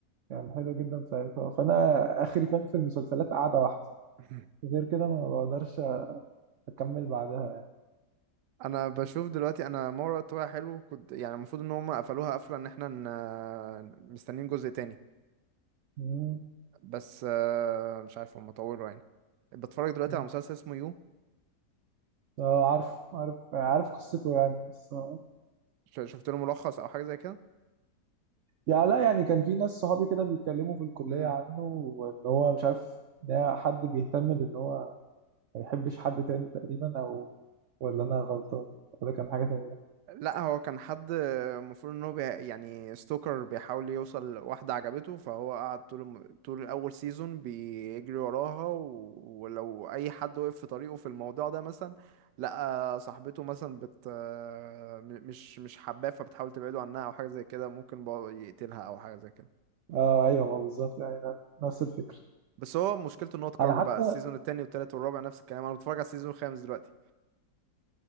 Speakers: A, on the right (about 70°); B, on the right (about 85°).
A: كان حلو جدا ساعتها فانا اخري فاهم في المسلسلات قاعدة واحدة
B: <clears throat> <laughs>
A: غير كده ما بقدرش اكمل بعدها يعني
B: انا بشوف دلوقتي انا ما وراء الطبيعة حلو كنت يعني المفروض ان هم قفلوها قفلة ان احنا ن- مستنيين جزء تاني
A: مم.
B: بس آه، مش عارف هم طولوا يعني بتفرج دلوقتي
A: مم.
B: على مسلسل اسمه يو
A: اه عارف عارف عارف قصته يعني بس آه.
B: ش- شفت له ملخص او حاجة زي
A: يعني لا يعني كان في ناس صحابي كده بيتكلموا في الكلية
B: كده
A: عنه وان هو مش عارف ان هي حد بيهتم بان هو ما يحبش حد تاني تقريبا او ولا انا غلطان ولا كان حاجة تانية
B: لا هو كان حد المفروض ان هو بي... يعني ستوكر بيحاول يوصل لواحدة عجبته فهو قعد طول الم... طول الاول سيزون بيجري وراها و... ولو اي حد وقف في طريقه في الموضوع ده مثلا لقى صاحبته مثلا بت م- مش مش حباه فبتحاول تبعده عنها او حاجة زي كده ممكن بقى يقتلها او حاجة زي كده
A: اه ايوه ما بالظبط يعني ن- نفس الفكرة
B: بس هو مشكلته ان هو اتكرر
A: انا
B: بقى
A: حتى
B: السيزون التاني والتالت والرابع نفس الكلام انا بتفرج على السيزون الخامس دلوقتي